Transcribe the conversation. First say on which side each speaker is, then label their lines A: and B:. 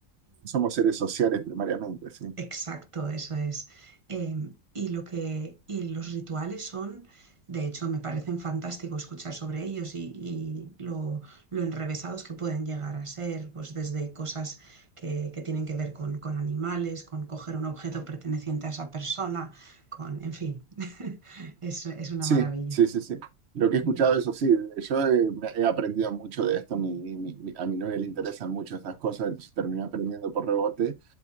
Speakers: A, on the right; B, on the right.
A: Somos seres sociales primariamente, sí.
B: Exacto, eso es. Em, y lo que, y los rituales son, de hecho, me parecen fantástico escuchar sobre ellos y, y lo, lo enrevesados que pueden llegar a ser, pues desde cosas que, que tienen que ver con, con animales, con coger un objeto perteneciente a esa persona, con, en fin, <laughs> es, es una
A: Sí,
B: maravilla.
A: sí, sí, sí. Lo que he escuchado,
B: Mm,
A: eso sí, yo he, me- he aprendido mucho de esto, mi- mi- mi- a mi novia le interesan mucho estas cosas, entonces terminé aprendiendo por rebote.